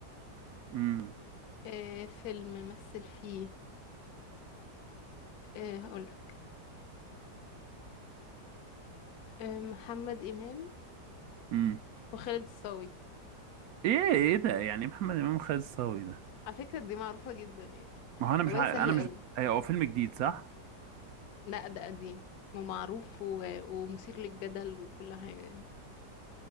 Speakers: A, on the right; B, on the left.
A: امم
B: آه فيلم مثل فيه آه هقولك آه محمد إمام
A: امم
B: وخالد الصاوي
A: ايه ايه ده يعني محمد امام خالد الصاوي ده
B: على فكرة دي معروفة جدا يعني
A: ما هو انا مش
B: والله
A: عارف
B: سهل
A: انا مش
B: قوي
A: عارفه ايوه هو فيلم جديد صح
B: لا ده قديم ومعروف و... ومثير للجدل وكل حاجة يعني